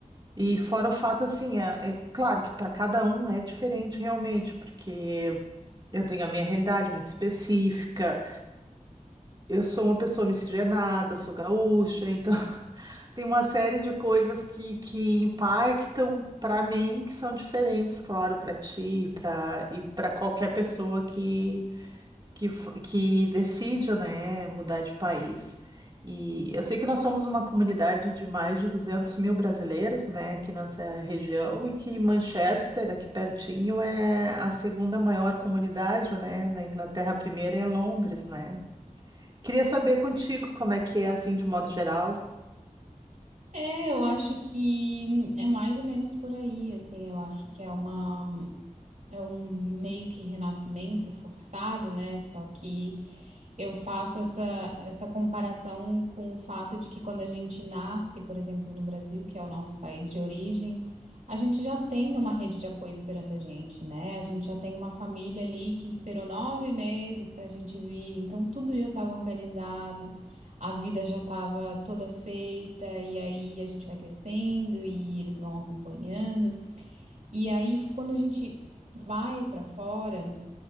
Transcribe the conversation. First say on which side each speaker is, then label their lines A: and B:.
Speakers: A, on the right; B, on the right.
A: E fora o fato, assim, ah, é claro que para cada um é diferente realmente, porque eu tenho a minha realidade muito específica, eu sou uma pessoa miscigenada, sou gaúcha, então <laughs> tem uma série de coisas que, que impactam para mim, que são diferentes, claro, para ti, para e para qualquer pessoa que, que f- que decide, né, mudar de país. E eu sei que nós somos uma comunidade de mais de 200 mil brasileiros, né, aqui nessa região, e que Manchester, aqui pertinho, é a segunda maior comunidade, né, na Inglaterra, a primeira é Londres, né. Queria saber contigo como é que é, assim, de modo geral.
B: É, eu acho que é mais ou menos por aí, assim, eu acho que é uma é um meio que renascimento forçado, né? Só que eu faço essa, essa comparação com o fato de que quando a gente nasce, por exemplo, no Brasil, que é o nosso país de origem, a gente já tem uma rede de apoio esperando a gente, né? A gente já tem uma família ali que esperou nove meses para a gente vir, então tudo já estava organizado. A vida já estava toda feita, e aí a gente vai crescendo e eles vão acompanhando. E aí, quando a gente vai para fora,